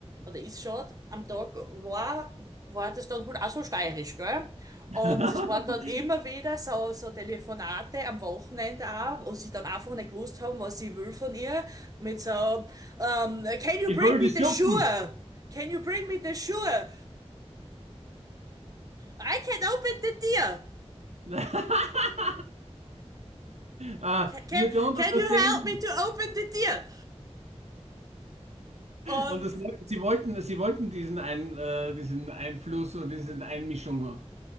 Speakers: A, on the right; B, on the right.
A: oder ist schon, am Tag war, war das dann halt auch so steirisch, gell?
B: <laughs>
A: Und es waren dann immer wieder so, so Telefonate am Wochenende auch, wo sie dann einfach nicht gewusst haben, was sie will von ihr, mit so, ähm, Can you
B: Ich
A: bring
B: will
A: me
B: die Suppen.
A: the shoe? Can you bring me the shoe? I can open the deer.
B: <laughs> Ah,
A: Can, can,
B: you don't
A: can
B: understand
A: you help me to open the deer? Und
B: Und das, sie wollten, sie wollten diesen, Ein, äh, diesen Einfluss oder diese Einmischung.